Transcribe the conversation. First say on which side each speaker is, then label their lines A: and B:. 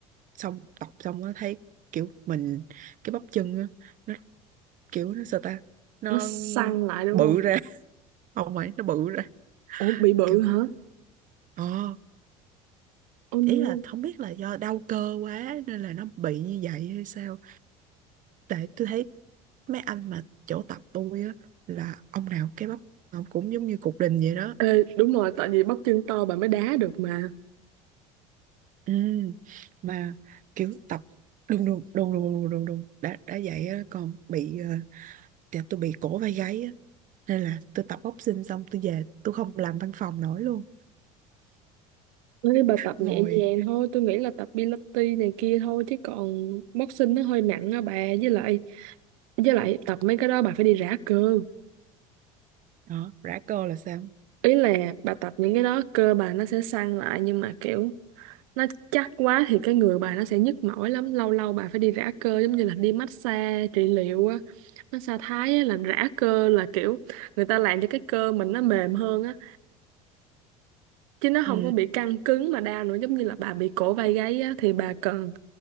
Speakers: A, on the right (about 50°); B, on the right (about 75°).
A: xong tập xong á thấy kiểu mình cái bắp chân á nó kiểu nó sao ta nó
B: nó săn lại đúng
A: bự
B: không
A: ra <laughs> không phải nó bự ra
B: ủa bị bự
A: kiểu
B: hả
A: ờ
B: oh no
A: ý là không biết là do đau cơ quá nên là nó bị như vậy hay sao tại tôi thấy mấy anh mà chỗ tập tôi á là ông nào cái bắp ông cũng giống như cục đình vậy đó
B: Ê, đúng rồi tại vì bắp chân to bà mới đá được mà
A: Ừ, mà kiểu tập đùng đùng đùng đùng đùng đùng đùng đã đã vậy á, còn bị ờ, dạ tôi bị cổ vai gáy á nên là tôi tập boxing xong tôi về tôi không làm văn phòng nổi luôn
B: Nói bà tập
A: ngồi
B: nhẹ nhàng thôi tôi nghĩ là tập Pilates này kia thôi chứ còn boxing nó hơi nặng á bà với lại với lại tập mấy cái đó bà phải đi rã cơ
A: đó rã cơ là sao
B: ý là bà tập những cái đó cơ bà nó sẽ săn lại nhưng mà kiểu nó chắc quá thì cái người bà nó sẽ nhức mỏi lắm lâu lâu bà phải đi rã cơ giống như là đi massage trị liệu á massage Thái á, là rã cơ là kiểu người ta làm cho cái cơ mình nó mềm hơn á chứ nó
A: ừ,
B: không có bị căng cứng mà đau nữa giống như là bà bị cổ vai gáy á thì bà cần